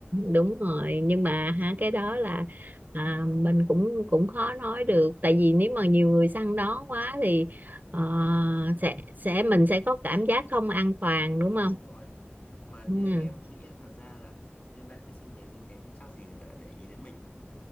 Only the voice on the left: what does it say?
Đúng rồi. Mà như
em nghĩ là thật ra là như bạn ấy xinh đẹp như thế thì chắc gì người ta đã để ý đến mình.